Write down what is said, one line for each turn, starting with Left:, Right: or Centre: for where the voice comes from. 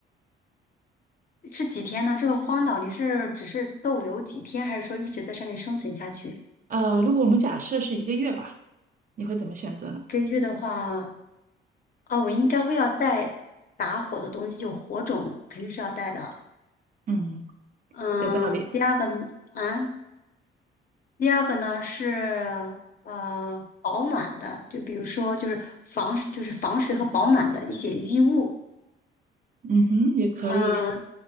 Left: 是几天呢？这个荒岛你是只是逗留几天，还是说一直在上面生存下去？一
Right: 呃，如果我们假设是一个月吧，你会怎么选择呢？
Left: 个月的话，哦，我应该会要带打火的东西，就火种肯定是要带的。
Right: 嗯，
Left: 嗯，
Right: 有道理。
Left: 第二个啊，第二个呢是呃保暖的，就比如说就是防就是防水和保暖的一些衣物。
Right: 嗯哼，也可以。
Left: 嗯，